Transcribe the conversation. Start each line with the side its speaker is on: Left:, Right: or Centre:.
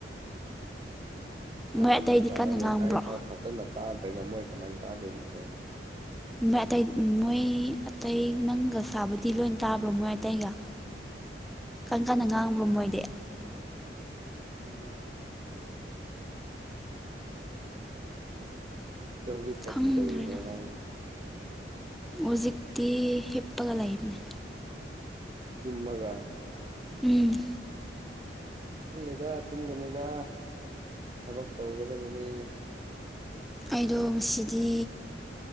Right: ꯇꯥꯔꯝꯃꯣꯏ
Centre: ꯃꯣꯏ ꯑꯇꯩꯗꯤ
Right: ꯇꯥꯔꯝꯃꯣꯏ
Centre: ꯀꯟꯅ ꯉꯥꯡꯕ꯭ꯔꯣ
Right: ꯑꯩꯐꯥꯎ ꯐꯖꯅ ꯇꯥꯗ꯭ꯔꯒ ꯃꯣꯏ ꯀꯃꯥꯏꯅ ꯇꯥꯗꯣꯏꯅꯣꯅꯦ
Centre: ꯃꯣꯏ ꯑꯇꯩ ꯃꯣꯏ ꯑꯇꯩ ꯅꯪꯒ ꯁꯥꯕꯗꯤ ꯂꯣꯏ ꯇꯥꯕ꯭ꯔꯣ ꯃꯣꯏ ꯑꯇꯩꯒ ꯀꯟ ꯀꯥꯟꯅ ꯉꯥꯡꯕ꯭ꯔꯣ ꯃꯣꯏꯗꯤ
Right: <unintelligible> ꯑꯗꯣ ꯍꯧꯖꯤꯛ ꯀꯔꯤ
Centre: ꯈꯪꯗ꯭ꯔꯦꯗ
Right: ꯇꯧꯔꯤꯅꯣ ꯅꯪ
Centre: ꯍꯧꯖꯤꯛꯇꯤ ꯍꯤꯞꯄꯒ ꯂꯩꯕꯅꯦ
Right: ꯇꯨꯝꯃꯒ
Centre: ꯎꯝ
Right: ꯗꯦꯗ ꯇꯨꯝꯒꯅꯨꯗ ꯊꯕꯛ ꯇꯧꯒꯗꯕꯅꯦ
Centre: ꯑꯩꯗꯣ ꯉꯁꯤꯗꯤ